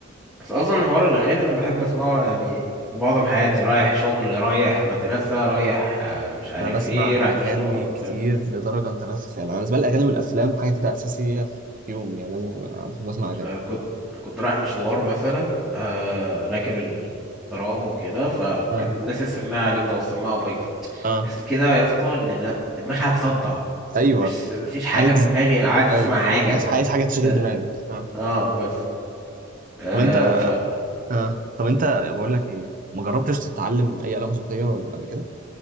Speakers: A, in the centre; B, on the right.
A: بس اصلا حوار الاغاني انا بحب اسمعه يعني معظم حياتي رايح شغل رايح مدرسه رايح آه، مش عارف
B: انا بسمع
A: ايه رايح
B: اغاني
A: مشوار
B: كتير لدرجه انت لا تتخيل انا بالنسبه لي الاغاني والافلام حاجه كده اساسيه في يومي يعني لازم أنا بسمع اغاني
A: آه، كنت كنت رايح مشوار مثلا آه، راكب الترام وكده فكان
B: اه
A: الناس السماعه اليوم ده والسماعه بايظه
B: اه
A: حسيت كده يا اسطى ان دماغي هتصدع
B: ايوه
A: مش مفيش حاجه
B: عايز
A: في دماغي عايز
B: ايوه
A: اسمع حاجه
B: ايوه عايز عايز حاجه تشغل
A: ده.
B: دماغك اه
A: اه بس آه
B: طب انت
A: ف
B: اه طب انت بقول لك ايه ما جربتش تتعلم اي آلة موسيقية ولا قبل كده